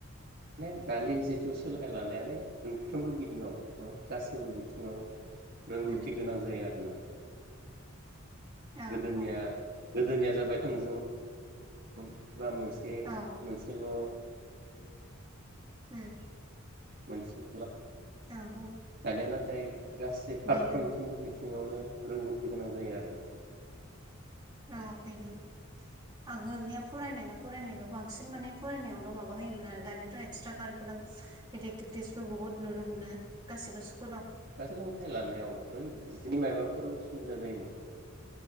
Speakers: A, on the right; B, on the right.
A: माने दानि जिथु सोलाय लानायानो मोनफ्रोमबो बिथिङाव गासैबो बिथिङाव रोंगौथि
B: उम
A: गोनां जायो आरोना
B: औ
A: गोदोनिया
B: औ
A: गोदोनिया जाबाय थोंजों औ बा मोनसे
B: औ
A: मोनसेल' <unintelligible>
B: उम
A: <unintelligible> मोनसे
B: औ औ
A: दानिया नाथाय गासै फारफ्रोमथिं
B: बेनो
A: <unintelligible> सिङावनो रोंगौथि गोनां जायो आरो
B: औ बेनो आगोलनिया फरायनाय न फरायनायल' बांसिन माने फरायनायावल' माबा होयोमोन आरो दानियाथ' एक्सट्रा कारिकुलाम बिदि एक्टिभिटिसबो बहुत नुनो मोनो गासिबो सु
A: सोलोंथाइ लानायाव <unintelligible> माबाफोर उसुबिदा जायो नामा